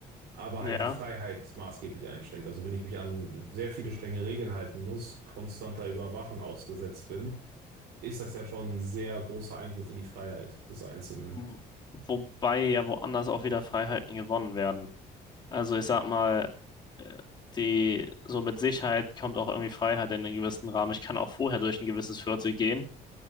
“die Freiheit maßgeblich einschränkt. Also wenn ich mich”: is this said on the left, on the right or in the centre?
Right